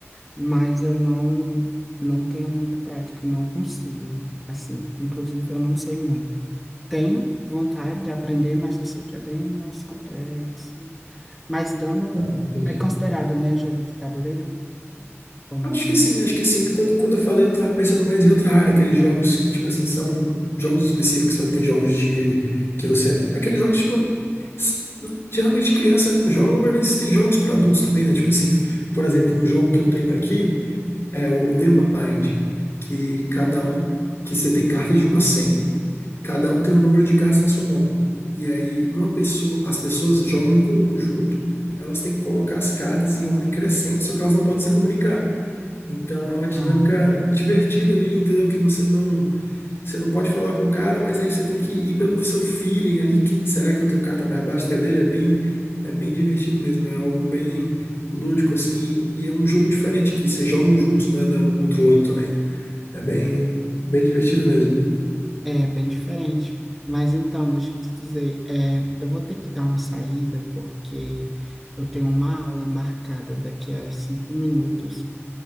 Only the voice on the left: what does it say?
Ah, entendi.
Acho que sim, acho que sim. Quando, quando eu falei, eu tava pensando mais em outra área, aqueles jogos que, tipo assim, são jogos específicos, sabe? Tem jogos de que você. Aqueles jogos, tipo. s- Geralmente criança joga, mas tem jogos para adultos também, né? Tipo assim, por exemplo, um jogo que eu tenho aqui é o The Mind, que cada um, que você tem cartas de 1 a 100, Cada um tem um número de cartas na sua mão. E aí, uma pessoa, as pessoas jogam em conjunto, elas têm que colocar as cartas em ordem crescente, só que elas não podem se comunicar. Então, é uma
dinâmica divertida ali, entendeu? Que você não, você não pode falar com o cara, mas aí você tem que ir pelo seu feeling ali. Quem- será que eu tenho carta mais baixa que a dele? É bem, é bem divertido mesmo, é algo bem lúdico, assim. E é um jogo diferente, que vocês jogam juntos, né? não é Um contra o outro também. É bem, bem divertido mesmo.